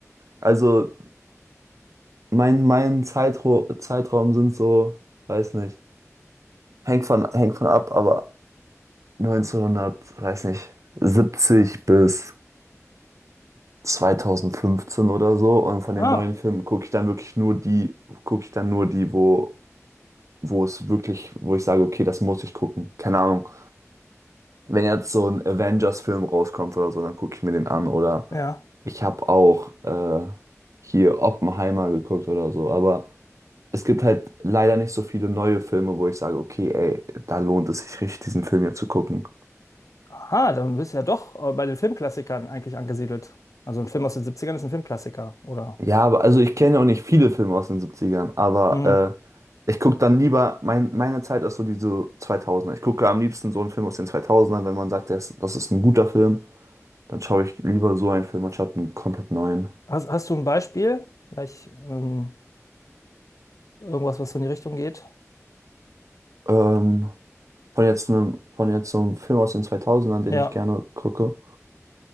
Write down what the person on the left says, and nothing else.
Ah,
ja.
Aha, dann bist du ja doch äh, bei den Filmklassikern eigentlich angesiedelt. Also ein Film aus den Siebzigern ist ein Filmklassiker, oder?
Hm.
Hast, hast du ein Beispiel? Vielleicht ähm, irgendwas, was so in die Richtung geht?
Ja.